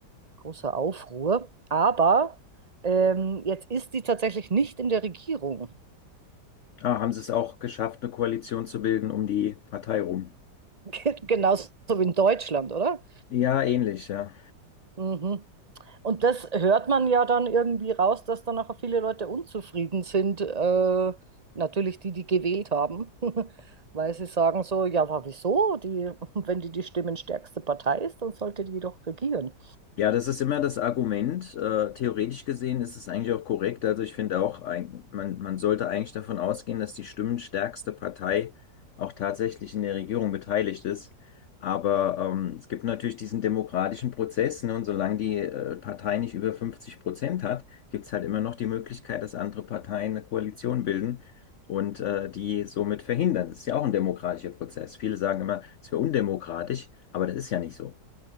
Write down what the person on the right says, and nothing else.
großer Aufruhr. Aber ähm, jetzt ist die tatsächlich nicht in der Regierung.
<laughs> Genauso wie in Deutschland, oder?
Mhm. Und das hört man ja dann irgendwie raus, dass dann auch viele Leute unzufrieden sind. Äh, natürlich die, die gewählt haben, <laughs> weil sie sagen so, ja, aber wieso? Die, <laughs> wenn die die stimmenstärkste Partei ist, dann sollte die doch regieren.